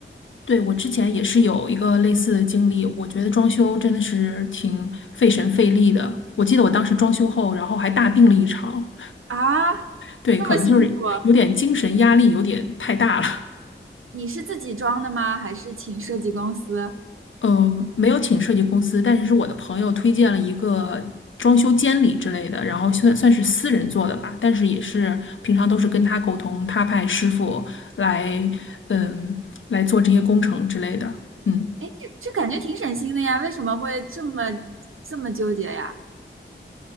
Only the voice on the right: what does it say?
啊，
这么辛苦啊。
你是自己装的吗？还是请设计公司？
哎，这这感觉挺省心的呀，为什么会这么这么纠结呀？